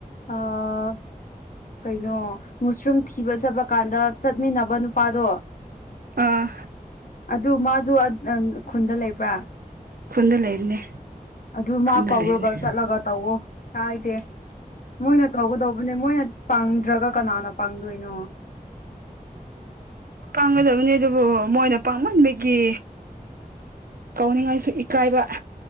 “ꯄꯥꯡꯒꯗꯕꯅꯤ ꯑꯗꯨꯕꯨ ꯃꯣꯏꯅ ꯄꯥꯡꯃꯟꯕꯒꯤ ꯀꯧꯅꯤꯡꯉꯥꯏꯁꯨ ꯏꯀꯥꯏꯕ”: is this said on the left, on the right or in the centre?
Right